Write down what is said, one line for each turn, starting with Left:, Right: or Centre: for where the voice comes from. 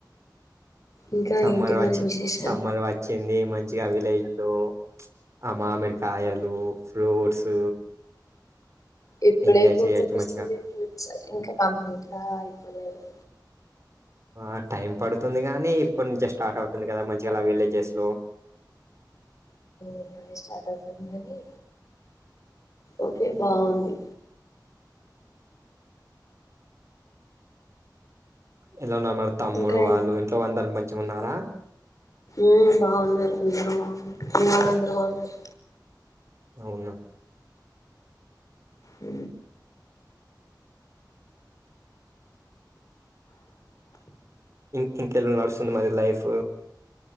Left: ఇంకా
Right: సమ్మర్
Left: ఏంటి
Right: వచ్చి
Left: మరి విశేషాలు
Right: సమ్మర్ వచ్చింది మంచిగా విలేజ్ లో ఆ మామిడికాయలు ఫ్రూట్స్
Left: ఇప్పుడే
Right: ఎంజాయ్
Left: పూతక
Right: చేయొచ్చు
Left: వస్తుంది
Right: మంచిగా
Left: ఫ్రూట్ ఇంకా కంప్లీట్ గా అయిపోలేదు
Right: ఆ టైం పడుతుంది గాని ఇప్పడు నుంచే స్టార్ట్ అవుతుంది కదా మంచిగాలా విలేజ చే హలో
Left: ఇప్పుడే స్టార్ట్ అవుతుంది కాని ఓకే బాగుంది
Right: ఎలా ఉన్నారు మన తమ్ముడు
Left: ఇంకా
Right: వాళ్ళు ఇంట్లో అందరు మంచిగా ఉన్నారా
Left: ఉమ్ బాగున్నారు అందరు బాగున్నారు ఇ అందరూ బాగున్నారు
Right: అవునా
Left: అ
Right: ఇం ఇంకెళ నడుస్తుంది మరి లైఫ్